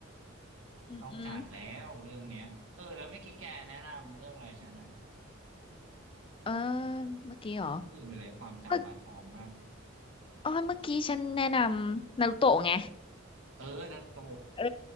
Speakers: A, on the left; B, on the right.
A: อืมอืม
B: ต้องจัดแล้วเรื่องเนี้ยเออแล้วเมื่อกี้แกแนะนำเรื่องอะไรฉันนะ
A: เออเมื่อกี้เหรอ
B: ลืมไปเลยความจำปลาทองมาก
A: เมื่ออ๋อเมื่อกี้ฉันแนะนำนารูโตะไง
B: เออนารโต
A: เอ